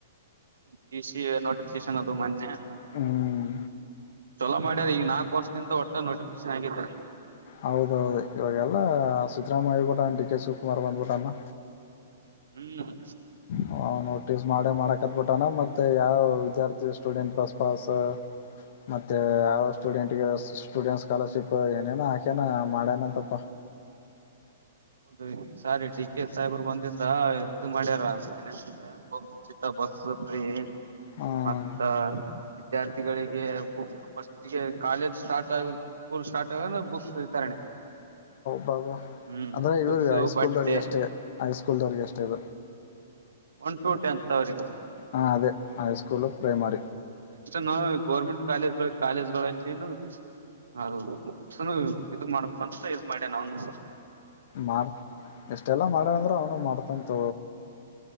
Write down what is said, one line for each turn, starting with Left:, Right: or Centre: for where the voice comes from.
Right: ಪಿ ಸಿ ಎ ನೋಟಿಫಿಕೇಶನ್ ಅದು ಮೊನ್ನೆ
Left: ಹ್ಮ್
Right: ಚೊಲೋ ಮಾಡ್ಯಾರ ಈಗ ನಾಕು ವರ್ಷದಿಂದ ಒಟ್ಟ ನೋಟಿಫಿಕೇಶನ್ ಆಗಿದಿದ್ದಾರೆ
Left: ಹೌದೌದು ಇವಾಗೆಲ್ಲ ಸಿದ್ದರಾಮಯ್ಯ ಏಳಿದು ಬಿಟ್ಟನ ಡಿ ಕೆ ಶಿವಕುಮಾರ್ ಬಂದ್ಬಿಟ್ಟಣ
Right: ಹ್ಮ್
Left: ಹ ನೋಟಿಸ್ ಮಾಡೇ ಮಾಡಕತ್ ಬಿಿಟ್ಟಾನ ಮತ್ತೆ ಯಾವ ವಿದ್ಯಾರ್ಥಿ ಸ್ಟೂಡೆಂಟ್ ಬಸ್ ಪಾಸ್ ಮತ್ತೆ ಯಾವ ಸ್ಟೂಡೆಂಟ್ ಸ್ಟೂಡೆಂಟ್ ಸ್ಕಾಲರ್ಶಿಪ್ ಏನೇ ಹಾಕಿ ಚನ ಮಾಡಣ ತಪ್ಪ
Right: ಹೌದು ಈ ಸಾರಿ ಡಿ ಕೆ ಸಾಹೇಬರ್ ಬಂದಿದ್ದ ಇದು ಮಾಡ್ಯಾರ ಏನ ಚಿತ್ತ ಬಕ್ತ ಪ
Left: ಹ್ಮ್
Right: ಮತ್ತ ವಿದ್ಯಾರ್ಥಿಗಳಿಗೆ ಬುಕ್ ಫಸ್ಟ್ಗೆ ಕಾಲೇಜ್ ಸ್ಟಾರ್ಟ್ ಆಗ ಸ್ಕೂಲ್ ಸ್ಟಾರ್ಟ್ ಆಗ ಬುಕ್ಸ್ ವಿ ತರಣೆ
Left: ಬಾಬಾ
Right: ಹ್ಮ್
Left: ಅಂದ್ರೆ
Right: ಬುಕ್ಸ್
Left: ಇವ್ರಿಗೆ ಹೈಸ್ಕೂಲ್ದವ್ರಿಗೆ
Right: ಬಡ್ೆ
Left: ಅಷ್ಟೇ ಹೈಸ್ಕೂಲ್ದವ್ರಿಗೆ ಅಷ್ಟೇ ಇದು
Right: ಒನ್ ಟು ಟೆಂತ್ ಅವ್ರಿಗೆ
Left: ಹಾ ಅದೇ ಹಐ ಸ್ಕೂಲು ಪ್ರೈಮರಿ
Right: ನ ಗೋರ್ಮೆಂಟ್ ಕಾಲೇಜ್ ಕಾಲೇಜ್ಗಳಲ್ಲಿ ಹೌದು ಬುಕ್ಸ್ನು ಇದ ಮಾಡ್ಬೇಕಂತ ಇದ ಮಾಡ್ಯ ನ ಅವನು
Left: ಮಾಡ ಎಷ್ಟೆಲ್ಲ ಮಾಡ ಅಂದ್ರರು ಅವನು ಮಾಡ್ತಂತ